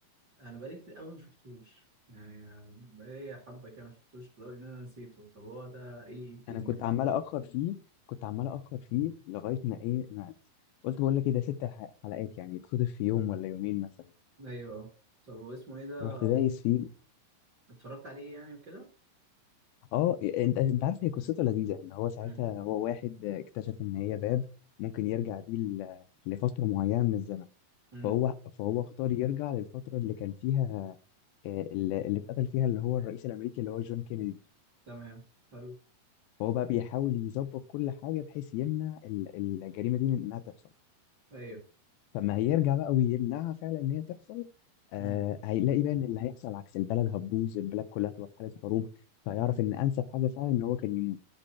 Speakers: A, on the right; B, on the left.
A: أنا بقالي كتير أوي ما شفتوش يعني بقالي حبة كده ما شفتوش لدرجة إن أنا نسيته طب هو ده إيه الدنيا
B: انا كنت عمال اخر فيه كنت عمال اخر فيه لغاية ما ايه ما قلت بقول لك ايه ده ست ح- حلقات يعني يتخطف في يوم ولا يومين مثلا
A: أيوه طب هو اسمه إيه ده
B: رحت دايس فيه
A: اتفرجت عليه يعني وكده
B: اه انت انت عارف هي قصته لذيذه ان هو ساعتها
A: امم
B: هو واحد اكتشف ان هي باب ممكن يرجع بيه ل- لفتره معينه من الزمن
A: امم
B: فهو فهو اختار يرجع للفتره اللي كان فيها آه، اللي اللي اتقتل فيها اللي هو الرئيس الامريكي اللي هو جون كينيدي
A: تمام حلو
B: فهو بقى بيحاول يظبط كل حاجه بحيث يمنع ال- الجريمه دي من انها تحصل
A: أيوه
B: فما هيرجع بقى ويمنعها فعلا ان هي تحصل آه
A: امم
B: هيلاقي بقى ان اللي هيحصل عكس البلد هتبوظ البلد كلها هتبقى في حاله حروب فيعرف
A: امم
B: ان انسب حاجه فعلا ان هو كان يموت